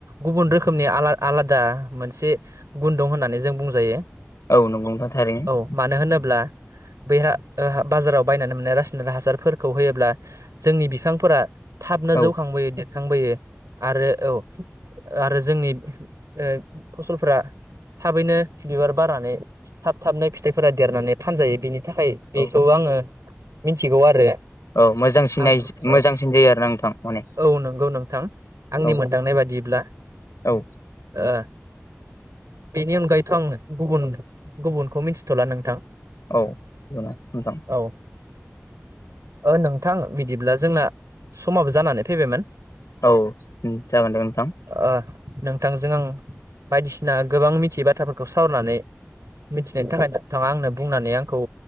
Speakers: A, on the right; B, on the left.
A: गुबुन रोखोमनि आलादा मोनसे गुन दं होननानै जों बुंजायो
B: औ नंगौ नोंथां थारैनो
A: औ मानो होनोब्ला बैहा बाजाराव बायनानै मोननाय रासायनारि हासारफोरखौ होयोब्ला जोंनि बिफांफोरा थाबनो
B: औ
A: जौखांबोयो देरखांबोयो आरो औ आरो जोंनि ओ फसलफ्रा थाबैनो बिबार बारनानै थाब थाबनो फिथाइफोरा देरनानै फानजायो बेनि थाखाय बेखौ
B: औ
A: आङो मिथिगौ आरो
B: औ मोजांसिन
A: आं
B: मोजांसिन
A: औ
B: जायो आरोना नोंथां माने
A: औ नंगौ नों थां आंनि
B: औ
A: मोनदांनाय बादिब्ला
B: औ
A: ओ बेनि अनगायैथ' आं गुबुन गुबुनखौ मिथि थ'ला नोंथां
B: औ नोंथां।
A: औ ओ नोंथां बिदिब्ला जोंना समाबो जानानै फैबायमोन।
B: औ जागोन दे नोंथां
A: ओ नोंथांजों आं बायदिसिना गोबां मिथियै बाथ्राफोरखौ सावरायनानै मिथिनायनि थाखाय नोंथाङा आंनो बुंनानै आंखौ